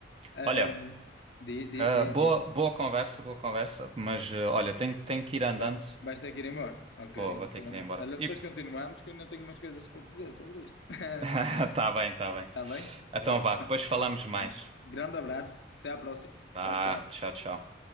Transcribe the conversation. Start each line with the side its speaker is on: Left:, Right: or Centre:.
Left: Ahm,
Right: Olha.
Left: diz, diz,
Right: Ah,
Left: diz,
Right: boa,
Left: diz.
Right: boa conversa, boa conversa, mas eh, olha, tenho, tenho que ir andando.
Left: Vai- Vais ter que ir embora. Ok,
Right: Vou, vou ter
Left: pronto.
Right: que ir embora.
Left: Olha,
Right: E...
Left: depois continuamos, que eu ainda tenho umas coisas para te dizer sobre isto. <laughs>
Right: <laughs> Tá bem, tá bem.
Left: Está bem?
Right: Então
Left: Pronto.
Right: vá, depois falamos mais.
Left: Tá. Grande abraço. Até à próxima.
Right: Vá,
Left: Tchau, tchau.
Right: tchau, tchau.